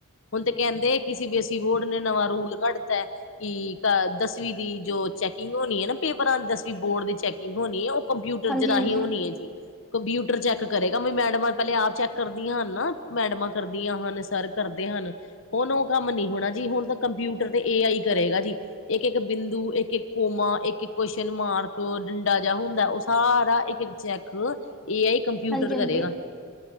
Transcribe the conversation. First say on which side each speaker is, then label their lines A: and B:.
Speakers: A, on the left; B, in the centre.
A: ਹੁਣ ਤੇ ਕਹਿੰਦੇ ਕਿ ਸੀ-ਬੀ ਐਸ-ਈ ਬੋਰਡ ਨੇ ਨਵਾਂ ਰੂਲ ਕੱਢਤਾ ਐ ਕਿ ਦਸਵੀਂ ਦੀ ਜੋ ਚੈਕਿੰਗ ਹੋਣੀ ਏ‌ ਨਾ ਪੇਪਰਾਂ ਦੀ ਦਸਵੀਂ ਬੋਰਡ ਦੀ ਚੈਕਿੰਗ ਹੋਣੀ ਏ ਕੰਪਿਊਟਰ
B: ਹਾਂਜੀ
A: ਦੇ ਰਾਹੀਂ
B: ਹਾਂਜੀ
A: ਹੋਣੀ ਐ ਜੀ ਕੰਪਿਊਟਰ ਚੈੱਕ ਕਰੇਗਾ ਵੀ ਮੈਂ ਮੈਡਮਾਂ ਪਹਿਲੇ ਆਪ ਚੈੱਕ ਕਰਦੀਆਂ ਹਨ ਨਾ, ਮੈਡਮਾਂ ਕਰਦੀਆਂ ਹਨ, ਸਰ ਕਰਦੇ ਹਨ ਹੁਣ ਉਹ ਕੰਮ ਨੀ ਹੋਣਾ ਜੀ, ਹੁਣ ਤਾਂ ਕੰਪਿਊਟਰ ਤੇ ਏ-ਆਈ ਕਰੇਗਾ ਜੀ ਇੱਕ-ਇੱਕ ਬਿੰਦੂ, ਇੱਕ-ਇੱਕ ਕੋਮਾ, ਇੱਕ-ਇੱਕ ਕੁਸ਼ਚਨ ਮਾਰਕ ਡੰਡਾ ਜਿਹਾ ਹੁੰਦਾ ਉਹ ਸਾਰਾ ਇੱਕ ਚੈੱਕ ਇਹ ਏ-ਆਈ ਕੰਪਿਊਟਰ
B: ਹਾਂਜੀ
A: ਕਰੇਗਾ
B: ਹਾਂਜੀ